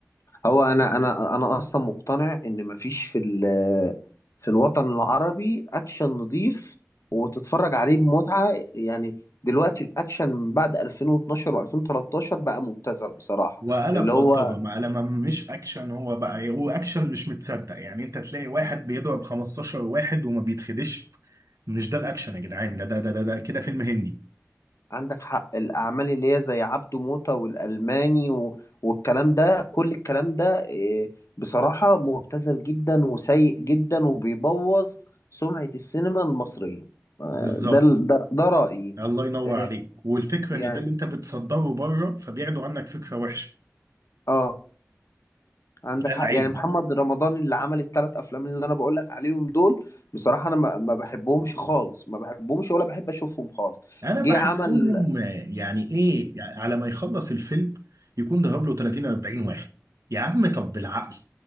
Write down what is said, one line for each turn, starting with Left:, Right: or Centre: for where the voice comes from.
Left: هو انا انا انا اصلا مقتنع ان مفيش في ال- في الوطن العربي اكشن نظيف وتتفرج عليه بمتعة يعني دلوقتي الاكشن من بعد 2012 و2013 بقى مبتذل بصراحة
Right: وقلب
Left: اللي
Right: بلطجة
Left: هو
Right: ما لما مش اكشن هو بقى إيه، هو اكشن مش متصدق يعني انت تلاقي واحد بيضرب 15 واحد وما بيتخدش مش ده الاكشن يا جدعان ده ده ده ده, ده كده فيلم هندي
Left: عندك حق الأعمال اللي هي زي عبده موتة والألماني و... والكلام ده كل الكلام ده إيه، بصراحة مبتذل جدا وسيء جدا وبيبوظ سمعة السينما المصرية آه،
Right: بالظبط
Left: ده ال- ده, ده رأيي
Right: الله ينور
Left: آه،
Right: عليك والفكره
Left: يعني
Right: ان ده اللي انت بتصدره بره فبياخدوا عنك فكره وحشه
Left: اه عندك
Right: ده العيب
Left: حق يعني محمد
Right: بقى
Left: رمضان اللي عمل الثلاث أفلام اللي أنا بقول لك عليهم دول بصراحة أنا ما ما بحبهمش خالص ما بحبهمش ولا بحب أشوفهم خالص
Right: انا
Left: جه
Right: بحسهم
Left: عمل
Right: آه، يعني ايه يعني على ما يخلص الفيلم يكون ضرب له 30 40 واحد يا عم طب بالعقل